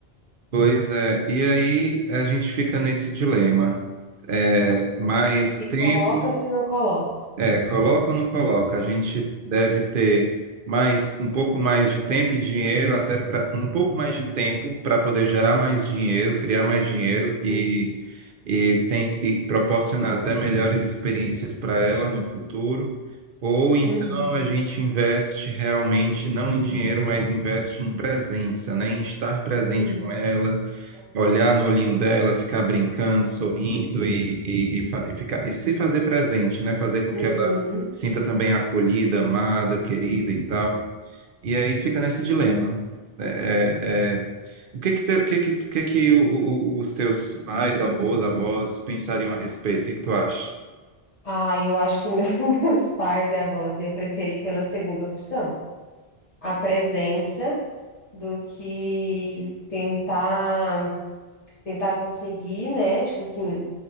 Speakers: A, on the right; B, on the left.
A: Pois é, e aí a gente fica nesse dilema. É,
B: Aham.
A: mais
B: Se
A: tempo.
B: coloca, se não coloca.
A: É, coloca ou não coloca? A gente deve ter mais um pouco mais de tempo e dinheiro, até pra, um pouco mais de tempo para poder gerar mais dinheiro, criar mais dinheiro e,
B: Uhum.
A: e, tem, e proporcionar até melhores experiências para ela no futuro. Ou então
B: Uhum.
A: a gente investe realmente não em dinheiro, mas investe em presença, né? Em estar presente
B: Isso.
A: com ela,
B: Aham.
A: olhar no olhinho dela, ficar brincando, sorrindo e, e, e, fa- e ficar, e se fazer presente, né? Fazer com
B: Uhum.
A: que ela sinta também acolhida, amada, querida e tal. E aí fica nesse dilema.
B: Sim.
A: É, é, é, o que que, te- o que, que, o que que o- o- os teus pais, avós, avós pensariam a respeito? O que que tu acha?
B: Ah, eu acho que o meu- <laughs> meus pais e avós ia preferir pela segunda opção, a presença do que tentar tentar conseguir, né? Tipo assim,